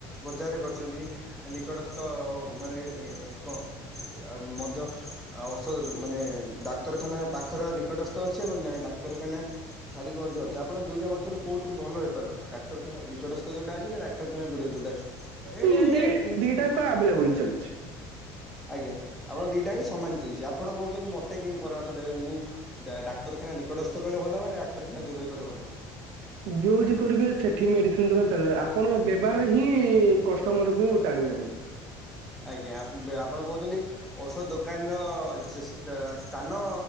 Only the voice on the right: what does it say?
ହୁଁ
ଦି ଦିଟାକ ଆଭେଲେବୁଲ୍ ଚାଲିଛି।
ଯୋଉଠି କରିବେ ସେଠି ମେଡିସିନ୍ ଦୋକାନ୍ ଚାଲିବ ଆପଣ ବ୍ୟବହାର ହିଁ କଷ୍ଟମରକୁ ଟାଣି ଆଣିବ।